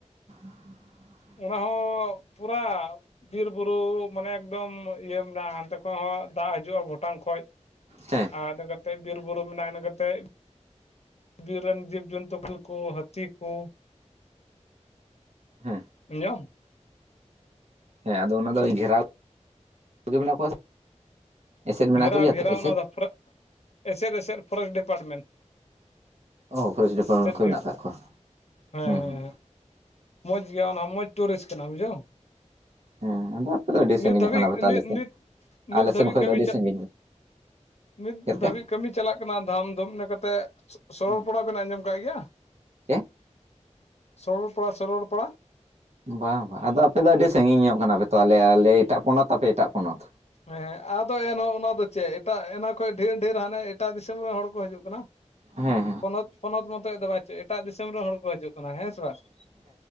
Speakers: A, on the right; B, on the left.
A: <unintelligible>
B: ᱚᱱᱟ ᱦᱚᱸ ᱯᱩᱨᱟ ᱵᱤᱨᱵᱩᱨᱩ ᱢᱟᱱᱮ ᱮᱠᱫᱚᱢ ᱤᱭᱟᱹ ᱢᱮᱱᱟᱜᱼᱟ ᱦᱟᱱᱛᱮ ᱠᱷᱚᱱ ᱦᱚᱸ ᱫᱟᱜ ᱦᱤᱡᱩᱜᱼᱟ ᱵᱷᱩᱴᱟᱝ ᱠᱷᱚᱡ᱾
A: ᱦᱮᱸ
B: ᱟᱰ ᱠᱟᱛᱮᱜ ᱵᱤᱨ ᱵᱩᱨᱩ ᱢᱮᱱᱟᱜᱼᱟ, ᱤᱱᱟᱹ ᱠᱟᱛᱮᱜ ᱵᱤᱨ ᱨᱮᱱ ᱡᱤᱵ ᱡᱚᱱᱛᱩ ᱠᱚ ᱠᱚ ᱦᱟᱹᱛᱤ ᱠᱚ᱾
A: ᱦᱮᱸ
B: ᱟᱸᱡᱚᱢ?
A: ᱦᱮᱸ ᱟᱫᱚ ᱚᱱᱟ ᱫᱚ ᱜᱷᱮᱨᱟᱣ ᱢᱮᱱᱟᱜ ᱠᱚᱣᱟ? ᱮᱥᱮᱫ ᱢᱮᱱᱟᱜ
B: ᱜᱷᱮᱨᱟᱣ
A: ᱠᱚᱜᱮᱭᱟ ᱛᱚ
B: ᱜᱷᱮᱨᱟᱣ
A: ᱮᱥᱮᱫ
B: ᱚᱱᱟ ᱫᱚ ᱯᱷᱚᱨᱮᱜ ᱮᱥᱮᱫ ᱮᱥᱮᱫ ᱯᱷᱚᱨᱮᱥᱴ ᱰᱤᱯᱟᱴᱢᱮᱱᱴ᱾
A: ᱚ ᱯᱷᱚᱨᱮᱥᱴ ᱰᱤᱯᱟᱨᱴᱢᱮᱱᱴ ᱠᱚ
B: ᱜᱮ
A: ᱢᱮᱱᱟᱜ ᱠᱟᱜ ᱠᱚᱣᱟ᱾
B: ᱦᱮᱸ
A: ᱦᱩᱸ
B: ᱦᱮᱸ
A: ᱦᱩᱸ
B: ᱦᱮᱸ ᱢᱚᱡᱽ ᱜᱮᱭᱟ ᱚᱱᱟ ᱢᱚᱡᱽ ᱴᱩᱨᱤᱥ ᱠᱟᱱᱟ ᱵᱩᱡᱷᱟᱹᱣ?
A: ᱦᱮᱸ ᱟᱫᱚ ᱟᱯᱮ ᱫᱚ ᱟᱹᱰᱤ ᱥᱟᱺᱜᱤᱧᱚᱜ
B: ᱱᱤᱛ ᱫᱷᱟᱹᱵᱤᱡ
A: ᱠᱟᱱᱟ ᱯᱮ ᱛᱚ ᱟᱞᱮᱥᱮᱫ
B: ᱱᱤᱛ ᱱᱤᱛ ᱱᱤᱛ
A: ᱟᱞᱮ
B: ᱫᱷᱟᱹᱵᱤᱡ
A: ᱥᱮᱱ ᱠᱷᱚᱱ
B: ᱠᱟᱹᱢᱤ
A: ᱫᱚ ᱟᱹᱰᱤ
B: ᱪᱟ
A: ᱥᱟᱺᱜᱤᱧ᱾
B: ᱱᱤᱛ
A: ᱪᱮᱫ ᱞᱮᱠᱟ
B: ᱫᱷᱟᱹᱵᱤᱡ ᱠᱟᱹᱢᱤ ᱪᱟᱞᱟᱜ ᱠᱟᱱᱟ ᱫᱷᱟᱢ ᱫᱷᱩᱢ ᱤᱱᱟᱹ ᱠᱟᱛᱮᱜ ᱥᱚᱨᱚᱞ
A: ᱦᱩᱸ
B: ᱯᱚᱲᱟ ᱵᱮᱱ ᱟᱸᱡᱚᱢ ᱠᱟᱜ ᱜᱮᱭᱟ?
A: ᱪᱮ
B: ᱥᱚᱨᱚᱞ ᱯᱟᱲᱟ ᱥᱚᱨᱚᱞ ᱯᱟᱲᱟ᱾
A: ᱵᱟᱝ ᱵᱟᱝ ᱟᱫᱚ ᱟᱯᱮ ᱫᱚ ᱟᱹᱰᱤ ᱥᱟᱺᱜᱤᱧ ᱧᱚᱜ ᱠᱟᱱᱟᱯᱮ ᱛᱚ ᱟᱞᱮ ᱟᱞᱮ ᱮᱴᱟᱜ ᱯᱚᱱᱚᱛ ᱟᱯᱮ ᱮᱴᱟᱜ ᱯᱚᱱᱚᱛ᱾
B: ᱦᱮᱸ ᱟᱫᱚ ᱮᱱᱦᱚᱸ ᱚᱱᱟ ᱫᱚ ᱪᱮᱜ ᱮᱴᱟᱜ ᱮᱱᱟ ᱠᱷᱚᱡ ᱰᱷᱮᱨ ᱰᱷᱮᱨ ᱦᱟᱱᱮ ᱮᱴᱟᱜ ᱫᱤᱥᱚᱢ ᱨᱮᱱ ᱦᱚᱲ ᱠᱚ ᱦᱤᱡᱩᱜ ᱠᱟᱱᱟ᱾
A: ᱦᱮᱸ
B: ᱯᱚᱱᱚᱛ ᱯᱚᱱᱚᱛ ᱢᱚᱛᱚᱡ ᱫᱚ ᱵᱟᱭ ᱪᱟᱹᱭᱟ ᱮᱴᱟᱜ ᱫᱤᱥᱚᱢ ᱨᱮᱱ ᱦᱚᱲ ᱠᱚ ᱦᱤᱡᱩᱜ ᱠᱟᱱᱟ᱾ ᱦᱮᱸ ᱥᱮ ᱵᱟᱝ?